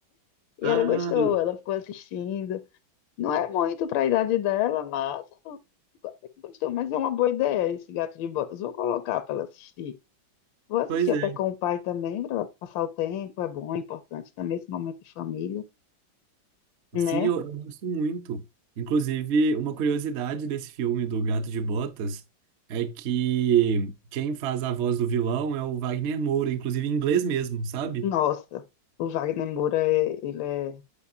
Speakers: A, on the left (about 80°); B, on the right (about 70°).
A: E
B: Ah,
A: ela gostou, ela ficou assistindo. Não é muito para a idade dela, mas ela gostou, mas é uma boa ideia esse Gato de Botas. Vou colocar para ela assistir. Vou assistir
B: pois é.
A: até com o pai também, para passar o tempo, é bom, é importante também esse momento de família, né?
B: Sim, eu, eu gosto muito. Inclusive, uma curiosidade desse filme do Gato de Botas é que quem faz a voz do vilão é o Wagner Moura, inclusive em inglês mesmo, sabe?
A: Nossa, o Wagner Moura, é, ele, é,